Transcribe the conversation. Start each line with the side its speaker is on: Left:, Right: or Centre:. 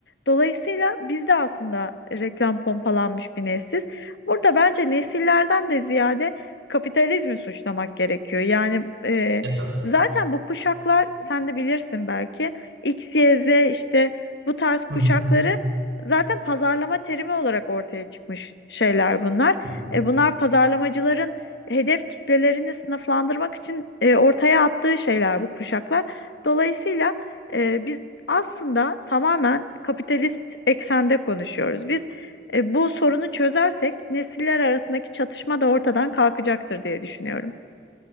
Left: Dolayısıyla biz de aslında reklam pompalanmış bir nesiliz. Burada bence nesillerden de ziyade kapitalizmi suçlamak gerekiyor. Yani e,
Right: Evet abi.
Left: zaten bu kuşaklar sen de bilirsin belki X, Y, Z işte bu tarz kuşakları
Right: Hı hı.
Left: zaten pazarlama terimi olarak ortaya çıkmış şeyler bunlar.
Right: Hı hı.
Left: E, bunlar pazarlamacıların hedef kitlelerini sınıflandırmak için e, ortaya attığı şeyler bu kuşaklar. Dolayısıyla... Ee, biz aslında tamamen kapitalist eksende konuşuyoruz. Biz e, bu sorunu çözersek nesiller arasındaki çatışma da ortadan kalkacaktır diye düşünüyorum.